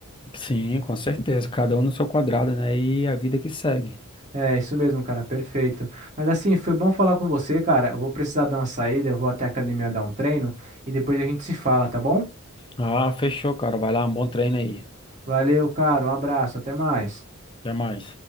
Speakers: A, on the left; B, on the right.
A: Sim, com certeza, cada um no seu quadrado, né? E a vida que segue.
B: É, isso mesmo, cara, perfeito. Mas assim, foi bom falar com você, cara. Eu vou precisar dar uma saída, eu vou até a academia dar um treino e depois a gente se fala, tá bom?
A: Ah, fechou, cara. Vai lá, um bom treino aí.
B: Valeu, cara. Um abraço. Até mais.
A: Até mais.